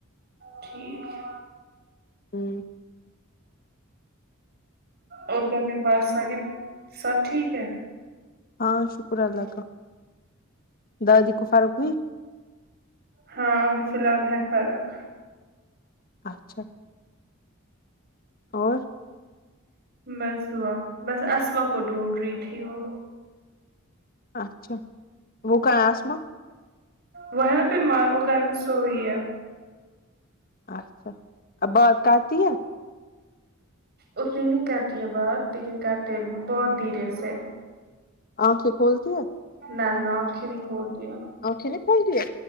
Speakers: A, on the right (about 50°); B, on the left (about 45°).
A: ٹھیک ہے
B: ہوں
A: اور گھر میں باقی سبھی سب ٹھیک ہے
B: ہاں شکر اللہ کا دادی کو فرق ہوئی
A: ہاں ابھی فلحال ہے فرق
B: اچھا اور
A: بس دعا بس اسما کو ڈھونڈ رہی تھی وہ
B: اچھا وہ کہاں ہے آسما
A: وہ ہے نہ بیمار وہ گھر میں سوئی ہے
B: اچھا اب بات کرتی ہے
A: اتنی نہیں کرتی ہے بات لیکن کرتے بہت دھیرے سے
B: آنکھیں کھولتی ہے
A: نہ نہ آنکھیں نہیں کھولتی ہے
B: آنکھیں نہیں کھولتی ہے